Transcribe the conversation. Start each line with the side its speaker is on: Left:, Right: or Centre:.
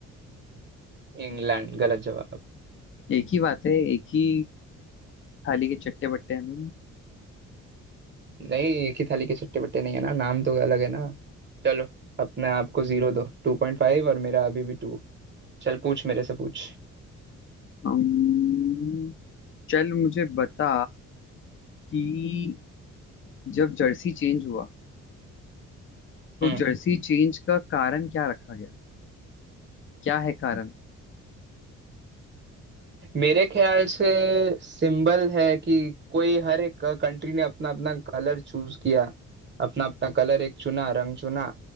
Right: इंग्लैंड गलत जवाब
Left: एक ही बात है एक ही थाली के चट्टे बट्टे हैं हम।
Right: नहीं एक ही थाली के चट्टे बट्टे नहीं है ना नाम तो अलग है ना चलो अपने आप को जीरो दो टू पॉइंट फाइव और मेरा अभी भी टू चल पूछ मेरे से पूछ
Left: अम्म, चल मुझे बता कि जब जर्सी चेंज हुआ तो
Right: हम्म
Left: जर्सी चेंज का कारण क्या रखा गया क्या है कारण
Right: मेरे ख्याल से सिंबल है कि कोई हर एक कंट्री ने अपना अपना कलर चूज किया अपना अपना कलर एक चुना रंग चुना